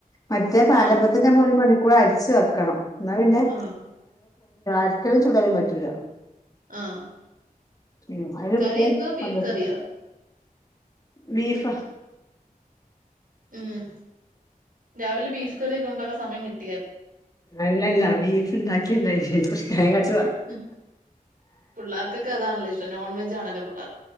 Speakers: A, on the left (about 25°); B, on the right (about 65°).
A: മറ്റേ പാലപ്പത്തിന്റെ
B: ആഹ്
A: പൊ കൂടെ അരച്ചു വെ ക്കണം. എന്നാ പിന്നെ
B: ആഹ്
A: അക്കലും ചുടാനും പറ്റൂല
B: ആഹ്
A: ഉം അയിന്
B: കറി
A: ഉപ്പും
B: എന്തുവാ ബീഫ്
A: പഞ്ചസാ
B: കറിയോ
A: ബീഫാ
B: മ് രാവിലെ ബീഫ് കറിയൊക്കെ ഒണ്ടാക്കാൻ സമയം കിട്ടു
A: അല്ലല്ല ബീഫ് ഇണ്ടാക്കിയ ഇണ്ടായി <unintelligible>
B: മ് പിള്ളേർക്കൊക്കെ അതാണല്ലോ ഇഷ്‌ നോൺവെജാണല്ലോ പുള്ളാർ